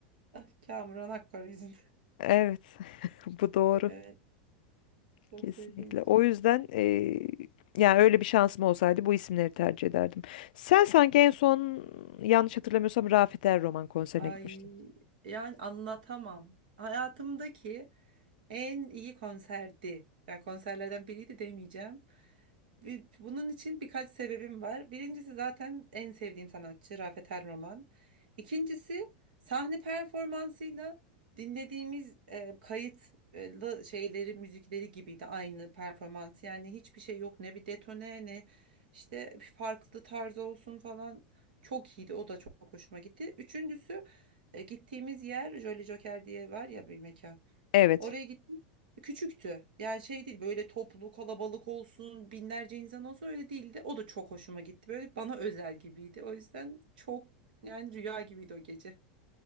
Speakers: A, on the right (about 75°); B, on the left (about 70°).
A: Ah, Kamuran Akkor yüzünden. <laughs>
B: Evet <laughs> bu doğru
A: Evet. Çok
B: kesinlikle.
A: sevdiğim için.
B: O yüzden e, yani öyle bir şansım olsaydı bu isimleri tercih ederdim. Sen sanki en son yanlış hatırlamıyorsam Rafet Er Roman konserine
A: Ay
B: gitmiştin.
A: yani anlatamam. Hayatımdaki en iyi konserdi. Yani konserlerden biriydi demeyeceğim. bir- bunun için birkaç sebebim var. Birincisi zaten en sevdiğim sanatçı Rafet El Roman. İkincisi sahne performansıyla dinlediğimiz e, kayıt e, şeyleri, müzikleri gibiydi aynı performans. Yani hiçbir şey yok ne bir detone ne işte bir farklı tarz olsun falan. Çok iyiydi. O da çok hoşuma gitti. Üçüncüsü e, gittiğimiz yer Jolly Joker diye var ya bir mekan.
B: Evet.
A: Oraya gittik. Küçüktü. Yani şey değil böyle toplu kalabalık olsun binlerce insan olsun öyle değildi. O da çok hoşuma gitti. Böyle bana özel gibiydi. O yüzden çok yani rüya gibiydi o gece.